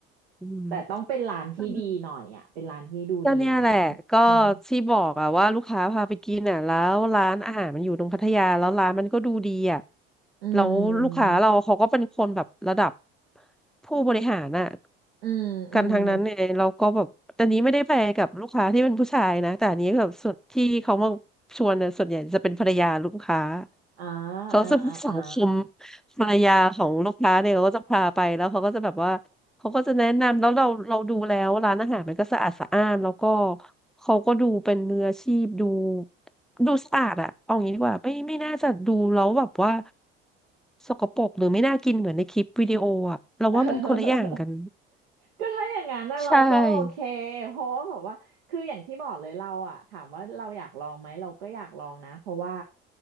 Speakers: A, in the centre; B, on the right.
A: อืม
B: แต่ต้องเป็นร้านที่ดีหน่อยอ่ะเป็นร้านที่ดูดีหน่อย
A: อืมก็เนี่ยแหละก็ที่บอกอะว่าลูกค้าพาไปกินอะแล้วร้านอาหารมันอยู่ตรงพัทยาแล้วร้านมันก็ดูดีอะ
B: อืมอื
A: แล้วลูกค้าเราเขาก็เป็นคนแบบระดับ
B: ม
A: ผู้บริหารอะ
B: อืมอืม
A: กันทางนั้นเนี่ยเราก็แบบแต่นี้ไม่ได้ไปกับลูกค้าที่เป็นผู้ชายนะแต่อันนี้แบบส่วนที่เขามาชวนเนี่ยส่วนใหญ่จะเป็นภรรยาลูกค้า
B: อ่า
A: เขาจะมีสังคม
B: อ่าอ่าอ่า
A: ภรรยาของลูกค้าเนี่ยเขาก็จะพาไปแล้วเขาก็จะแบบว่าเขาก็จะแนะนำแล้วเราเราดูแล้วร้านอาหารมันก็สะอาดสะอ้านแล้วก็เขาก็ดูเป็นมืออาชีพดูดูสะอาดอะเอางี้ดีกว่าไม่ไม่น่าจะดูแล้วแบบว่าสกปรกหรือไม่น่ากินเหมือนในคลิปวิดีโออะเราว่ามันคนละอย่างกัน
B: <laughs> เออก็ถ้าอย่างนั้นนะเราก็โอเค
A: ใช่
B: เพราะว่าแบบว่าคืออย่างที่บอกเลยเราอะถามว่าเราอยากลองไหมเราก็อยากลองนะเพราะว่า